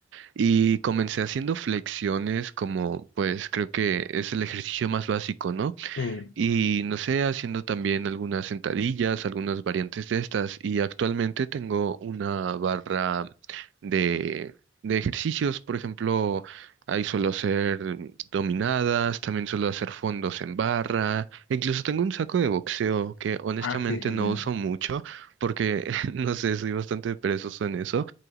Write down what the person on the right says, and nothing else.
Y comencé haciendo flexiones como, pues creo que es el ejercicio más básico, ¿no?
y no sé, haciendo también algunas sentadillas, algunas variantes de estas. Y actualmente tengo una barra de, de ejercicios, por ejemplo, ahí suelo hacer dominadas, también suelo hacer fondos en barra, e incluso tengo un saco de boxeo que honestamente
no uso mucho porque, <laughs> no sé, soy bastante perezoso en eso,